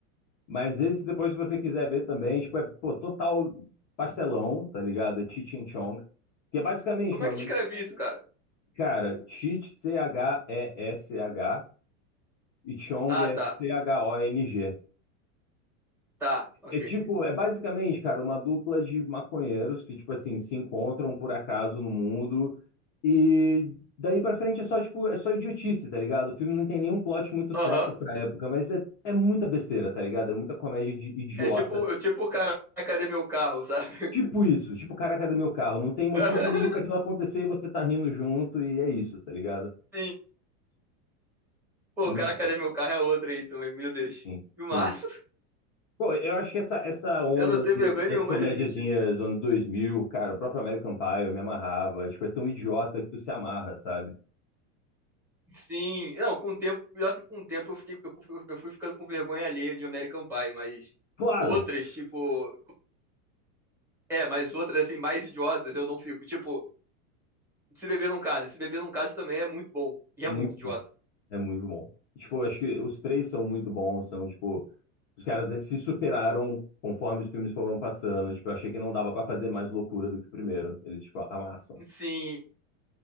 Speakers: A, on the left; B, in the centre.
A: Mas esse depois, se você quiser ver também, tipo, é, pô, total pastelão, tá ligado? É Cheech and Chong. Que é basicamente,
B: Como
A: mano,
B: é que escreve isso, cara?
A: cara, Cheech, C-H-E-S-H, e S H, e Chong
B: Ah,
A: é
B: tá.
A: C-H-O-N-G.
B: Tá, ok.
A: É tipo, é basicamente, cara, uma dupla de maconheiros que, tipo assim, se encontram por acaso no mundo e daí pra frente é só, tipo, é só idiotice, tá ligado? O filme não tem nenhum plot muito certo
B: Aham.
A: pra época, mas é, é muita besteira, tá ligado? É muita comédia de idiota.
B: É tipo, eu, tipo, cara, cadê meu carro, sabe?
A: Tipo isso, tipo, caraca do meu carro, não tem motivo
B: <laughs>
A: nenhum pra aquilo acontecer e você tá rindo junto e é isso, tá ligado?
B: Sim. Pô,
A: Muito
B: cara, cadê meu carro é outra aí também, meu Deus.
A: sim,
B: E O Filmaço.
A: sim. Pô, eu acho que essa, essa onda
B: Eu não tenho
A: do-
B: vergonha
A: das
B: nenhuma
A: comédiazinhas
B: de admitir.
A: dos anos 2000 cara, o próprio American Pie, eu me amarrava. Tipo, é tão idiota que tu se amarra, sabe?
B: Sim, não, com o tempo, pior que com o tempo eu fiquei, eu fui eu fui ficando com vergonha alheia de American Pie, mas
A: Claro,
B: outras, tipo, é, mas outras assim, mais idiotas eu não fico. Tipo, se beber num caso, se beber num caso também é muito bom e
A: muito
B: é muito idiota.
A: bom. É muito bom. Tipo, eu acho que os três são muito bons, são, tipo, os caras, né, se superaram conforme os filmes foram passando. Tipo, eu achei que não dava pra fazer mais loucura do que o primeiro. Eles, tipo, amassam.
B: Sim,